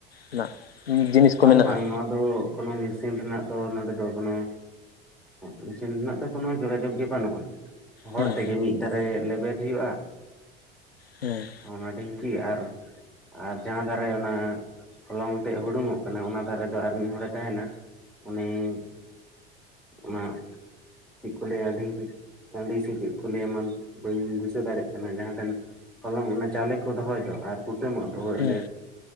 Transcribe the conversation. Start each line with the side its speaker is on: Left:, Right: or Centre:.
Left: ᱱᱟᱜ? ᱡᱤᱱᱤᱥ
Centre: ᱵᱟᱝ
Left: ᱠᱚ ᱢᱮᱱᱟᱜᱼᱟ
Centre: ᱵᱟᱝ, ᱱᱚᱣᱟ ᱫᱚ ᱠᱳᱱᱳ ᱢᱮᱥᱤᱱ ᱨᱮᱱᱟᱜ ᱫᱚ ᱱᱚᱰᱮ ᱫᱚ ᱠᱳᱱᱳ ᱚ ᱤᱥᱤᱱ ᱨᱮᱱᱟᱜ ᱫᱚ ᱠᱳᱱᱳ ᱡᱳᱜᱟᱡᱳᱜ ᱜᱮ ᱵᱟᱱᱩᱜ-ᱟ᱾ ᱦᱚᱲ
Left: ᱦᱮᱸ
Centre: ᱛᱮᱜᱮ ᱢᱤᱫ ᱫᱷᱟᱨᱮ ᱞᱮᱵᱮᱫ ᱦᱩᱭᱩᱜ-ᱟ᱾
Left: ᱦᱮᱸ᱾
Centre: ᱚᱱᱟ ᱰᱷᱤᱝᱠᱤ ᱟᱨ ᱟᱨ ᱡᱟᱦᱟᱸ ᱫᱷᱟᱨᱮ ᱚᱱᱟ ᱦᱚᱞᱚᱝ ᱛᱮᱜ ᱦᱩᱰᱩᱝ ᱚᱜ ᱠᱟᱱᱟ ᱚᱱᱟ ᱫᱷᱟᱨᱮ ᱫᱚ ᱟᱨ ᱢᱤᱫ ᱦᱚᱲᱮ ᱛᱟᱦᱮᱱᱟ, ᱩᱱᱤᱚᱱ ᱚᱱᱟ ᱪᱮᱜ ᱠᱚ ᱞᱟᱹᱭᱟ ᱟᱹᱰᱤᱧ ᱨᱤᱱ ᱴᱟᱺᱰᱤᱭ ᱥᱤ ᱠᱮᱜ ᱠᱚ ᱞᱟᱹᱭᱟ ᱢᱟᱱ ᱵᱟᱹᱧ ᱫᱤᱥᱟᱹ ᱫᱟᱲᱮᱜ ᱡᱟᱦᱟ ᱫᱚᱱ ᱦᱚᱞᱚᱝ ᱚᱱᱟ ᱪᱟᱣᱞᱮ ᱠᱚ ᱫᱚᱦᱚᱭ ᱫᱚ ᱟᱨ ᱠᱩᱴᱟᱹᱢᱚᱜ ᱫᱚ ᱦᱳᱭ
Left: ᱦᱮᱸ
Centre: ᱚᱸᱰᱮ,